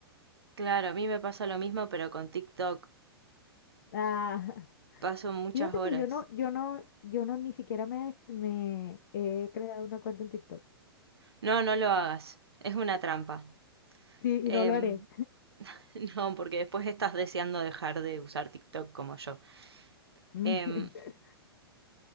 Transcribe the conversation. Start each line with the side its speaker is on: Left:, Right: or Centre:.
Right: Claro, a mí me pasa lo mismo, pero con TikTok.
Left: Ah,
Right: Paso
Left: <laughs>
Right: muchas
Left: fíjate
Right: horas.
Left: que yo no, yo no, yo no ni siquiera me, me he creado una cuenta en TikTok.
Right: No, no lo hagas. Es una trampa.
Left: Sí,
Right: Em,
Left: y no lo haré.
Right: <laughs> no, porque después estás deseando dejar de usar TikTok como yo.
Left: <laughs>
Right: Em,